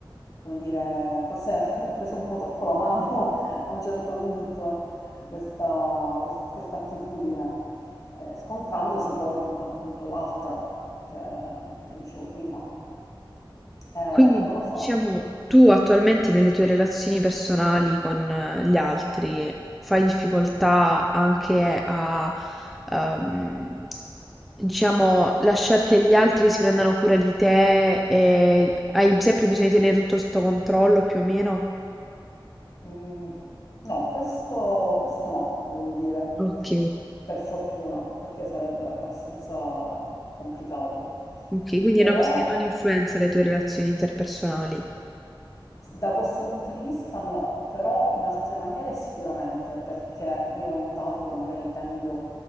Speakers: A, on the left; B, in the centre.
A: come dire, forse <laughs> ho preso un po' troppo la mano <laughs> a un certo punto questa, quest- questa attitudine, eh, scontrandosi poi con appunto l'altra che che dicevo prima. Eh,
B: Quindi,
A: non lo so.
B: diciamo, tu attualmente nelle tue relazioni personali con eh, gli altri fai difficoltà anche a, ehm, diciamo, lasciare che gli altri si prendano cura di te e hai sempre bisogno di tenere tutto sotto controllo più o meno?
A: Mm, no, questo, questo no, devo dire,
B: Ok,
A: per fortuna, perché sarebbe abbastanza complicato.
B: ok, quindi
A: Però
B: è una cosa che non influenza le tue relazioni interpersonali.
A: Da questo punto di vista no, però in altre maniere sicuramente, perché io ho notato che magari tendo